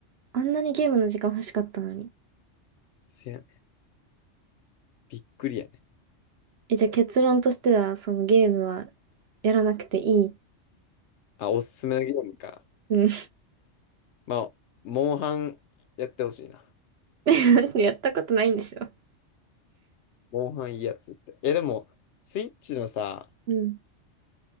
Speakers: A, on the right; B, on the left.
A: あんなにゲームの時間欲しかったのに。
B: せやね。びっくりやね。
A: え、じゃあ結論としては、そのゲームはやらなくていい。
B: あ、おすすめのゲームか。
A: うん。
B: まあ、モンハンやってほしいな。
A: <laughs> やったことないんでしょ。
B: モンハンいいやつって。いや、でも、スイッチのさ、
A: うん。